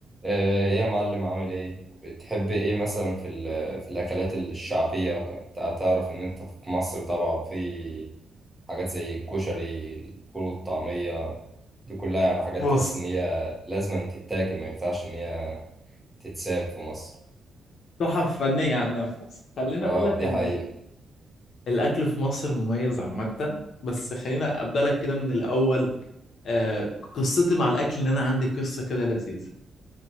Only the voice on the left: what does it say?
بص
تحف فنية عندنا في مصر خليني
أقول لك
إن
ال- الأكل في مصر مميز عامة بس خلينا أبدأ لك كده من الأول آه قصتي مع الأكل إن أنا عندي قصة كده لذيذة